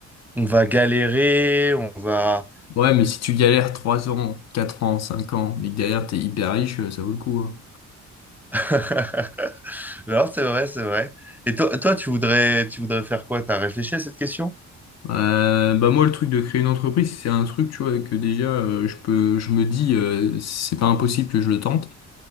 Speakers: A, in the centre; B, on the left.
A: on va galérer, on va...
B: Ouais, mais si tu galères trois ans, 4 ans, 5 ans, mais que derrière t'es hyper riche, euh, ça vaut le coup, hein.
A: <laughs> Alors, c'est vrai, c'est vrai. Et toi, toi, tu voudrais, tu voudrais faire quoi? T'as réfléchi à cette question?
B: Euh, bah moi le truc de créer une entreprise c'est un truc tu vois que déjà euh, je peux je me dis euh, c'est pas impossible que je le tente